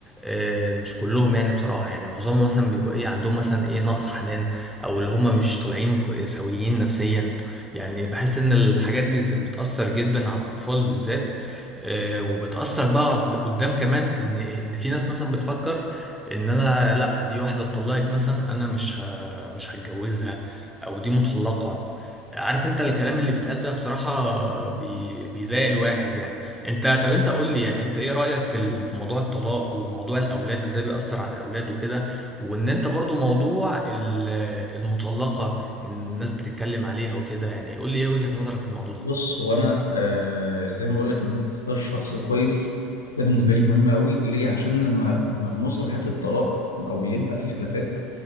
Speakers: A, in the centre; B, on the left.
A: آه، مش كلهم يعني بصراحة يعني معظمهم مثلا بيبقى ايه عندهم مثلا ايه نقص حنان او اللي هم مش طالعين كو- سويين نفسيا يعني بحس ان الحاجات دي ز- بتأثر جدا على الاطفال بالذات آه، وبتأثر بقى قد- قدام كمان ان ان في ناس مثلا بتفكر ان انا لا دي واحدة اتطلقت مثلا انا مش ه- مش هتجوزها او دي مطلقة عارف انت الكلام اللي بيتقال ده بصراحة بي... بيضايق الواحد يعني انت طب انت قول لي يعني انت ايه رأيك في ال... في موضوع الطلاق وموضوع الاولاد ازاي بيأثر على الاولاد وكده وان انت برضو موضوع ال... المطلقة الناس بتتكلم عليها وكده يعني قول لي ايه وجهة نظرك في الموضوع ده
B: بص هو أنا آه زي ما بقول لك إن أنت تختار شخص كويس ده بالنسبة لي مهم قوي ليه عشان لما لما بنوصل لحتة الطلاق أو يبقى في خلافات